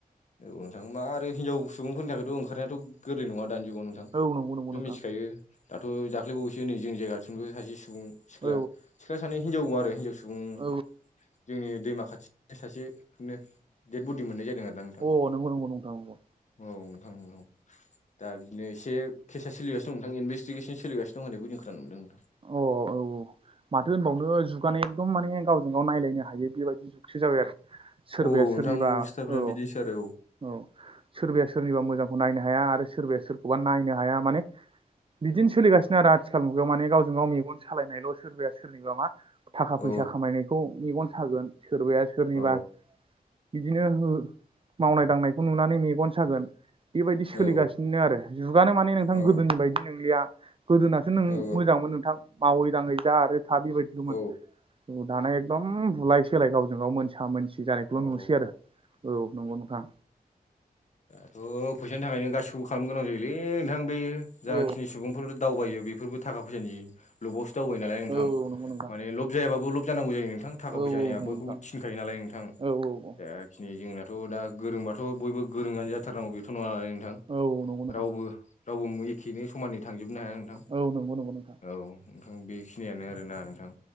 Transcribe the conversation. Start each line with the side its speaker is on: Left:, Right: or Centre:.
Left: औ नोंथां मा आरो हिनजाव सुबुंफोरनि थाखायथ' ओंखारनायाथ' गोरलै नङा दानि जुगाव थां
Right: औ नंगौ नंगौ
Left: दो
Right: नोंथां
Left: मिथिखायो दाथ दाख्लैबावैसो नै जोंनि जायगाथिंबो सासे सुबुं सिख्ला
Right: औ
Left: सिख्ला सानै हिजाव आरो हिनजाव सुबुं
Right: औ
Left: जोंनि दैमा खाथि सासे बिदिनो देद बडि मोननाय जादों आरोना नोंथां
Right: औ अ नंगौ नंगौ नोंथां नंगौ
Left: औ नोंथां नोंगौ दा बिदिनो एसे केसा सोलिगानो दं नोंथां इनभेस्टिगेसन सोलिगासिनो होननायखौ जों खोनानो मोन्दों
Right: अ औ औ माथो होनबावनो जुग माने एकदम माने गावजों गाव नायलायनो हायो बेबायदि जुगसो जाबाय आरो सोरबाया
Left: औ
Right: सोरनिबा
Left: नोंथां अबस्थाफ्रा
Right: औ
Left: बिदिसो आरो
Right: औ सोरबाया सोरनिबा मोजांखौ नायनो हाया आरो सोरबाया सोरखौबा नायनो हाया माने बिदिनो सोलिगासिनो आरो आथिखाल मुगायाव माने गावजों गाव मेगन सालायनायल सोरबाया सोरनिबा मा थाखा फैसा
Left: औ
Right: खामायनायखौ मेगन सागोन सोरबाया सोरनिबा
Left: औ
Right: बिदिनो हो मावनाय दांनायखौ नुनानै मेगन सागोन बेबायदि सोलिगासिनो
Left: औ
Right: आरो जुगानो माने नोंथां
Left: औ
Right: गोदोनि बायदि नोंलिया गोदोना <unintelligible>
Left: औ
Right: मोजांमोन नोंथां मावै दाङै जा आरो था बेबायदिलमोन
Left: औ
Right: औ दाना एकदम बुलाय सोलाय गावजों गाव मोनसा मोनसि जानायखौल
Left: औ औ
Right: नुसै आरो औ नोंगौ नोंथां
Left: दाथ फैसानि थाखायनो गासिबो खालामनो गोनां जायोलै नोंथां बे जाखिनि
Right: औ
Left: सुबुं फोर दावबायो बेफोरबो थाखा फैसानि लबावसो दावबायायो नालाय नोंथां
Right: औ औ नंगौ नोंथां
Left: माने लब जायाबाबो लब जानांगौ जायो नोंथां थाखा
Right: औ
Left: फैसानिया
Right: औ नंगौ
Left: बयखौबो
Right: नोंथां
Left: थिनखायो नालाय नोंथां
Right: औ औ औ
Left: एक दिनै जोंनाथ दा गोरोंबाथ बयबो गोरोंङानो जाथारनांगौ बेथ नङा नालाय नोंथां
Right: औ औ नंगौ नोंथां
Left: रावबो रावबो मोएखेनो समानै थांजोबनो हाया नोंथां
Right: औ नंगौ नंगौ नोंथां
Left: औ नोंथां बेखिनियानो आरोना नोंथां